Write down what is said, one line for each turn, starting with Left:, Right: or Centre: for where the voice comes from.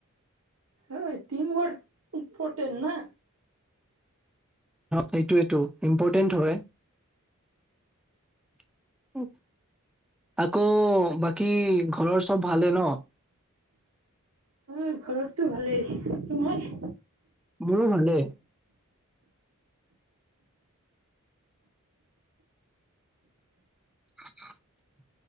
Right: হৈ তিম বৌদ ইম্পৰ্টেণ্টন না।
Centre: সেইটোটো ইম্পৰ্টেণ্ট হয় আকৌ বাকী। ঘৰৰ চব ভালে ন।
Right: অ ঘৰতটো ভালেই তোমাৰ?
Centre: মোৰো ভালে। <inaudible>